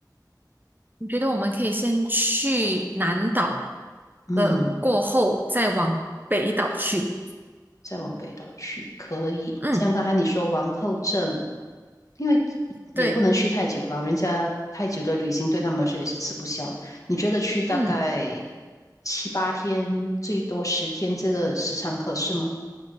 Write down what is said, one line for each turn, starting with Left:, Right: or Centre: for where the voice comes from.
Right: 我觉得我们可以先去南岛
Left: 嗯，
Right: 了，过后再往北岛去？
Left: 再往北岛去可以。
Right: 嗯，
Left: 像刚才你说王后镇，因为也不能去太久，
Right: 对，
Left: 老人家太久的旅行对他们来说也是吃不消。你觉得去大概
Right: 嗯。
Left: 七八天，最多十天，这个时长合适吗？